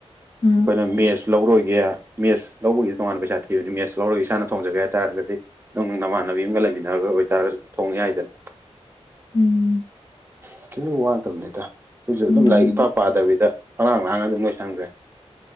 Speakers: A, on the left; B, on the right.
A: ꯑ
B: ꯄꯅ ꯃꯁ ꯂꯧꯔꯣꯏꯒꯦ ꯃꯦꯠꯁ ꯂꯧꯕꯒꯤꯗꯤ ꯇꯣꯉꯥꯟꯥꯟꯕ ꯄꯩꯁꯥ ꯊꯤꯕꯅꯤ ꯃꯦꯁ ꯂꯧꯔꯒ ꯏꯁꯥꯅ ꯊꯣꯡꯖꯒꯦ ꯍꯥꯏꯇꯥꯔꯒꯗꯤ ꯑꯗꯨꯝ ꯅꯃꯥꯟꯅꯕꯤ ꯑꯃꯒ ꯂꯩꯃꯤꯟꯅꯔꯒ ꯑꯣꯏꯇꯥꯔꯒꯁꯨ ꯊꯣꯡꯉꯦ ꯍꯥꯏꯗꯅ
A: ꯎꯝ
B: ꯀꯈꯤꯁꯨꯪ ꯋꯥꯗꯕꯅꯤꯗ ꯑꯩꯈꯣꯏꯁꯨ ꯑꯗꯨꯝ
A: ꯑꯗꯨꯒꯤ
B: ꯂꯥꯏꯔꯤꯛ ꯏꯄꯥ ꯄꯥꯗꯕꯤꯗ ꯍꯂꯥꯡ ꯂꯥꯡ ꯑꯗꯨꯝ ꯂꯣꯏ ꯁꯪꯗ꯭ꯔꯦ